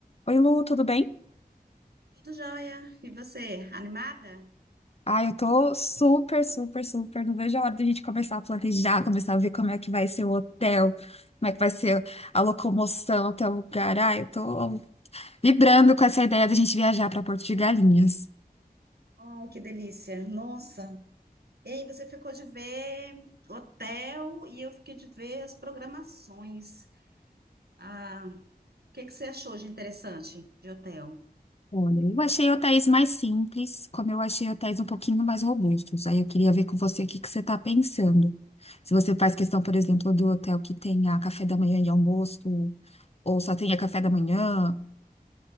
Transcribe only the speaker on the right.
Tudo jóia. E você, animada?
Ai, que delícia. Nossa. E aí, você ficou de ver hotel e eu fiquei de ver as programações. Ah, o que que você achou de interessante de hotel?